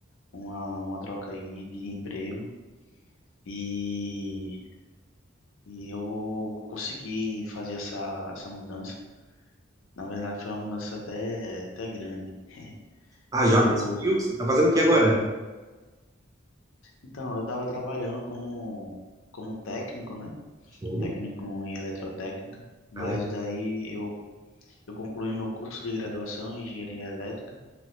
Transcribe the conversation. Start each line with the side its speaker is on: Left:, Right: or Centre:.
Left: uma, uma troca aí de emprego e, e eu consegui fazer essa, essa mudança. Na verdade, foi uma mudança até, até grande.
Right: Ah,
Left: Eu,
Right: já conseguiu? Você tá fazendo o que agora?
Left: então, eu tava trabalhando como, como técnico, né?
Right: Sim.
Left: Técnico em eletrotécnica, mas
Right: Ah, legal.
Left: daí eu, eu concluí meu curso de graduação em engenharia elétrica